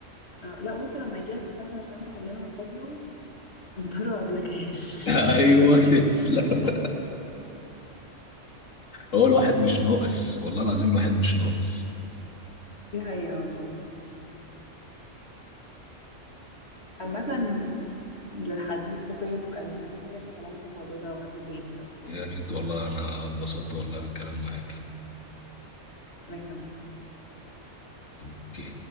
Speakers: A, on the left (about 55°); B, on the left (about 80°).
A: اه لا بص لما يجيلك حد عشان تحل له مشاكله <laughs> انطره قبل كاش
B: <laughs>
A: <laughs> يعني
B: ايوه تسلم هو الواحد مش ناقص والله العظيم الواحد مش ناقص
A: دي حقيقة والله عامة للحديث بقية نبقى نكمل الكلام في الموضوع ده وقت تاني لو فاضي
B: يا ريت والله انا اتبسطت والله بالكلام معاك
A: أنا كمان
B: اوكي